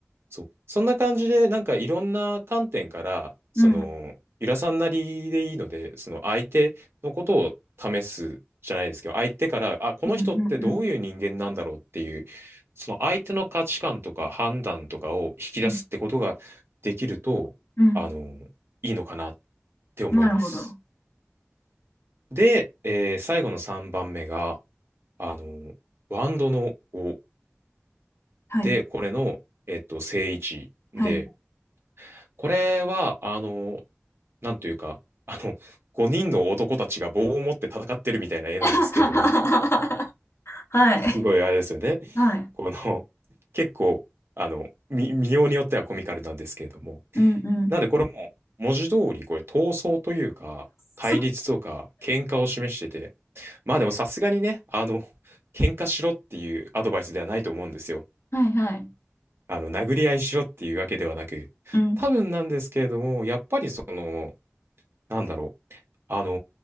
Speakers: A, on the right; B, on the left.
A: そう。そんな感じで、なんかいろんな観点から、その、
B: うん、うん、
A: ゆらさんなりでいいので、その相手のことを試すじゃないですけど、相手から、あ、この人ってどういう人間なんだろうっていう、
B: うん、うん、
A: その相手の価値観とか判断とかを引き出すってことができると、
B: うん。うん
A: あの、いいのかなって思います。
B: なるほど。
A: で、えー最後の3番目が、あの、ワンドの5
B: はい。
A: で、これの、えっと、正位置で、
B: はい。
A: これは、あの、なんというか、<laughs> あの、5人の男たちが棒を持って戦ってるみたいな絵なんですけれども、
B: <laughs> はい。
A: すごいあれですよね。
B: はい。
A: この、結構、あの、み見ようによってはコミカルなんですけれども。
B: うん、うん。
A: なんで、これも、文字通り、これ、闘争というか、対立とか、
B: そう、
A: 喧嘩を示してて、まあでもさすがにね、あの、喧嘩しろっていうアドバイスではないと思うんですよ。
B: はい、はい。
A: あの、殴り合いしろっていうわけではなく、
B: うん、
A: 多分なんですけれども、やっぱりその、なんだろう、あの